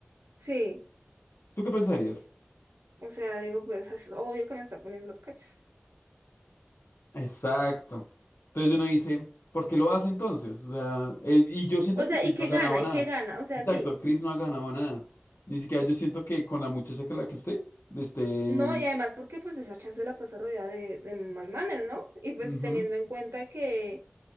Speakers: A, on the right (about 80°); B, on the left (about 70°).
A: sí.
B: ¿Tú qué pensarías?
A: O sea, digo, pues es obvio que me está poniendo los cachos.
B: Exacto. Entonces uno dice, ¿por qué lo hace entonces? O sea, eh, y yo siento
A: O
B: que
A: sea,
B: Chris
A: ¿y qué
B: no ha ganado
A: gana? ¿Y
B: nada.
A: qué gana? O sea,
B: Exacto,
A: sí.
B: Chris no ha ganado nada. Ni siquiera yo siento que con la muchacha que la que esté, este,
A: No, y además porque pues esa chance la pasa rodeada de, de más manes, ¿no? Y pues
B: ujú,
A: teniendo en cuenta que